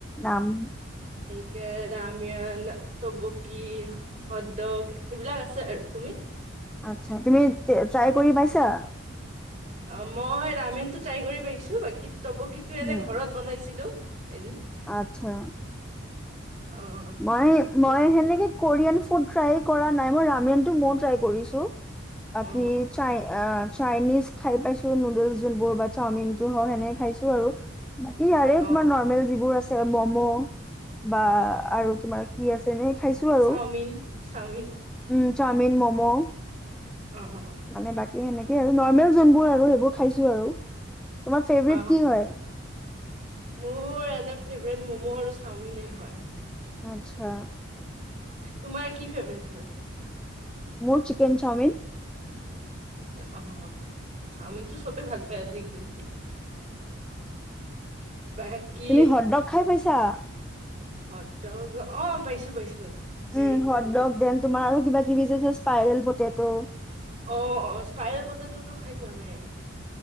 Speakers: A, in the centre; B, on the right (about 40°).
A: নাম।
B: এ ৰাময়ান, তবকি হট্ দগ সেইবিলাক আছে আৰু তুমি।
A: আচ্ছা তুমি ট্ৰাই কৰি পাইছা।
B: অ' মই ৰামেয়ন টো ট্ৰাই কৰি পাইছো বাকী তবকিটো
A: উম,
B: এনে ঘৰত বনাইছিলো। এদিন।
A: আচ্ছা।
B: অ
A: মই-
B: ত
A: মই সেনেকে কোৰিয়ান ফুড ট্ৰাই কৰা নাই, মই ৰামিয়ানটো ময়ো ট্ৰাই কৰিছো। বাকি
B: অ অ
A: চাই অ' চাইনিজ খাই পাইছো, নুডলচ যোনবোৰ বা চাওমিন টো হওঁক সেনেকে খাইছ চো আৰু বাকি ইয়াৰে
B: অ
A: তোমাৰ নৰমেল যিবোৰ আছে ম'ম' বা
B: অ অ
A: আৰু তোমাৰ কি আছে নে খাইছো আৰু
B: চাওমিন চাওমিন
A: উম চাত মিন ম' ম'।
B: অ অ
A: মানে বাক এ এনেকে আৰু নৰ্মেল যোনবোৰ আৰু সেইবোৰ খাইছো আৰু। তোমাৰ ফেভৰেট
B: অ
A: কি হয়।
B: মোৰ এনে ফেভৰেট মম' আৰু চাওমিনে হয়।
A: আটচ্ছা।
B: তোমাৰ কি ফেভৰেট হয়?
A: মোৰ চিকেন চাওমিন।
B: অ' চাওমিনটো চবে ভাল পায় আজিকালি। বাকী
A: তুমি <unintelligible> খাই পাইছা?
B: হদ্ৰগ অ' পাইছো পাইছো। হেৰি
A: উম
B: কি
A: হদ্ৰগ
B: বুলি
A: দেন তোমাৰ আৰু কিবা কিবি যে স্পাইৰেল পতেট। ত'
B: অ', অ', স্পাইয়েল পতেতটো খাই পোৱা নাই।